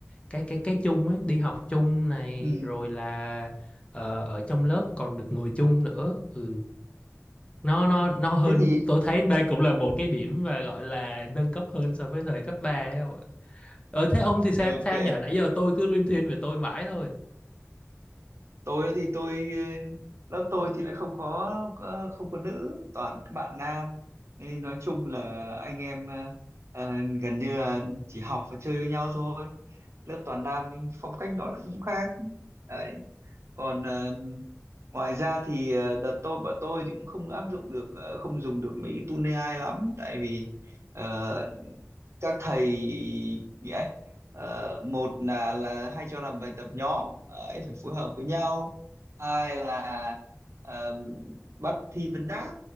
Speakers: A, on the left; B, on the right.
A: cái cái cái chung ấy đi học chung này
B: ừ
A: rồi là ờ, ở trong lớp còn được ngồi chung nữa ừ nó nó nó hơn
B: thế thì
A: tôi thấy đây cũng là một cái điểm mà gọi là nâng cấp hơn so với thời cấp 3 Ờ thế ông thì sao
B: ok
A: sao nhở nãy giờ tôi cứ liên thuyên về tôi mãi thôi.
B: tôi thì tôi lớp tôi thì lại không có có- không có nữ toàn các bạn nam nên nói chung là anh em ờ, ờ, gần như là chỉ học và chơi với nhau thôi lớp toàn nam nhưng phong cách nó lại cũng khác đấy còn ờ, ngoài ra thì ờ, đợt tôi bọn tôi thì cũng không áp dụng được ờ, không dùng được mấy cái tool AI lắm tại vì ờ, các thầy nghĩa ờ, một là là hay cho làm bài tập nhóm ấy phải phối hợp với nhau hai là ờm, bắt thi vấn đáp